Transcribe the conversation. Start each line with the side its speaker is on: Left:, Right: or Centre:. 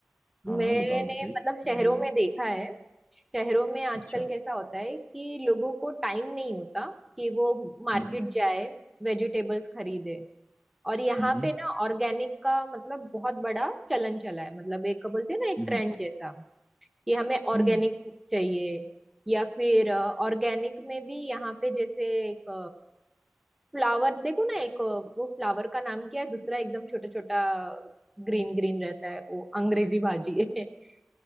Centre: मैंने
Left: हाँ हाँ बताओ तो सही
Centre: मतलब शहरों
Left: आइडिया है
Centre: में देखा है शहरों में आजकल
Left: अच्छा
Centre: कैसा होता है कि लोगों को टाइम नहीं होता कि वो मार्केट
Left: हम्म
Centre: जाए वेजिटेबल्स खरीदे और यहाँ
Left: हम्म हम्म
Centre: पे ना ऑर्गेनिक का मतलब बहुत बड़ा चलन चला है मतलब एक बोलते हैं ना एक
Left: हम्म
Centre: ट्रेंड जैसा कि हमें ऑर्गेनिक
Left: हम्म
Centre: फूड चाहिए या फिर ऑर्गेनिक में भी यहाँ पे जैसे एक फ्लावर देखो ना एक अ, वो फ्लावर का नाम क्या है दूसरा एकदम छोटा छोटा ग्रीन ग्रीन रहता है वो अंग्रेजी भाजी है <laughs> क्या